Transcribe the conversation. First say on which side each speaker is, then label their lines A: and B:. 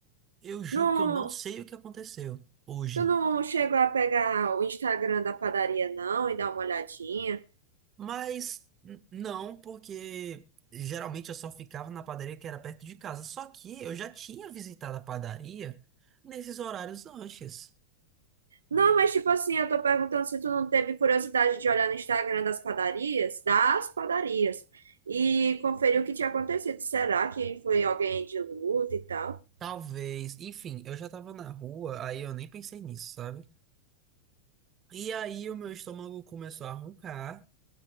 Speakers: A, on the right (about 25°); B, on the right (about 70°).
A: eu juro
B: Não,
A: que eu não sei o que aconteceu hoje.
B: tu não chegou a pegar o Instagram da padaria, não, e dar uma olhadinha?
A: Mas n- não, porque geralmente eu só ficava na padaria que era perto de casa. Só que eu já tinha visitado a padaria nesses horários antes.
B: Não, mas tipo assim, eu tô perguntando se tu não teve curiosidade de olhar no Instagram das padarias, das padarias, e conferir o que tinha acontecido. Será que foi alguém de luta e tal?
A: Talvez, enfim, eu já tava na rua, aí eu nem pensei nisso, sabe? E aí o meu estômago começou a roncar,